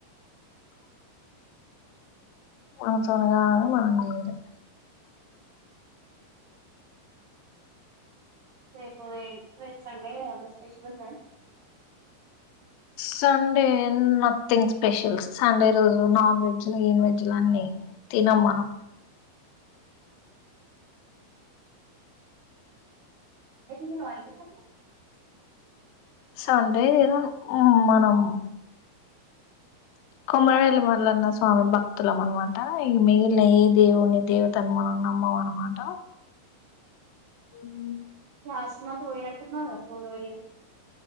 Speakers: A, on the left (about 80°); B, on the right (about 85°).
A: మన తోని కాదు మనం చేయలేం
B: రేపు ఏ సండే కదా స్పెషల్ ఉందా
A: సండే నథింగ్ స్పెషల్ సండే రోజు నాన్ వెజ్లు ఈన్ వెజ్లు అన్ని తినం మనం
B: వెజ్ తినవా ఎందుకు అట్లా
A: సండే తినను మనం కొమరవేల్లీ మళ్ళన్న స్వామి భక్తులం అనమాట ఈ మిగిలిన ఏ దేవుని దేవుత ను మనం నమ్మం ఆనమాట హు
B: లాస్ట్ మంత్ పోయినట్టున్నవ్ కదా కొమరవెల్లి